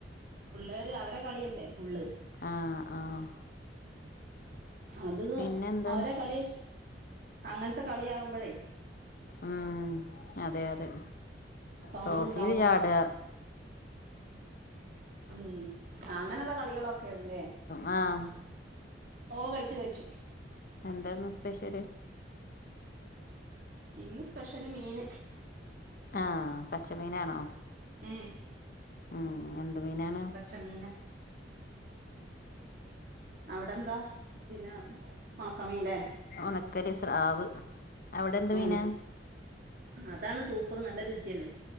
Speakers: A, on the right; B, on the left.
A: പിള്ളേര് അവരെ കളിയല്ലേ ഫുള്ള്
B: ആഹ് ആഹ്
A: അത്
B: പിന്നെന്താ
A: അവരെ കളി അങ്ങനത്തെ കളി ആവുമ്പഴേ
B: ഉം അതെ അതെ
A: സൗണ്ട്
B: സോഫിയിൽ
A: ഉണ്ടാവും
B: ചാടാ
A: ഉം അങ്ങനെള്ള കളികളൊക്കേണ് ലേ
B: അഹ്
A: ഓ കഴിച്ചു കഴിച്ചു
B: എന്താന്ന് സ്പെഷ്യല്
A: ഇന്ന് സ്പെഷ്യല് മീൻ
B: ആഹ് പച്ചമീനാണോ
A: മ്
B: ഉം എന്ത് മീനാണ്?
A: ചെമ്മീനാ അവിടെന്താ? പിന്നെ ഉണക്കമീൻലെ
B: ഉണക്കല് സ്രാവ് അവിടെന്ത്
A: ഉം
B: മീനാ?
A: അതാണ് സൂപ്പറ് നല്ല രുചിയല്ലേ.